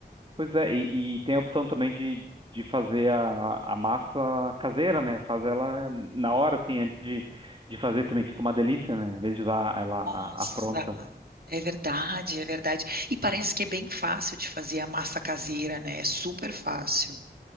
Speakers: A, on the right; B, on the right.
A: Pois é, e, e tem a opção também de, de fazer a, a massa caseira, né? Faz ela na hora, assim, antes de, de fazer também fica uma delícia, né? Em vez de usar ela a,
B: Nossa,
A: a pronta.
B: é verdade, é verdade. E parece que é bem fácil de fazer a massa caseira, né? É super fácil.